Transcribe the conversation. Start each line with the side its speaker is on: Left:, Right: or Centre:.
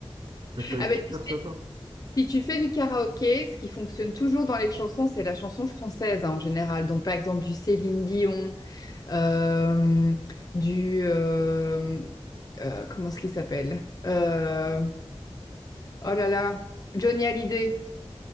Right: Ça peut
Left: Ah
Right: être
Left: ben,
Right: super
Left: tu sais,
Right: sympa.
Left: si tu fais du karaoké, ce qui fonctionne toujours dans les chansons, c'est la chanson française hein, en général. Donc par exemple du Céline Dion, euh, du... euh, euh, comment est-ce qu'il s'appelle? Euh, oh là là, Johnny Hallyday.